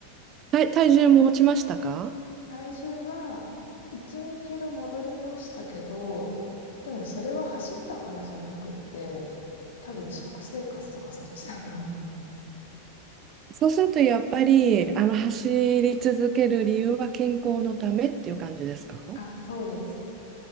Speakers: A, on the right; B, on the left.
A: 体、体重も落ちましたか
B: 体重は1、2キロ戻りましたけど、でもそれは走ったからじゃなくて、多分食生活とかそっちだと思います。
A: そうすると、やっぱり、あの、走り続ける理由は健康のためっていう感じですか
B: あ、そうです。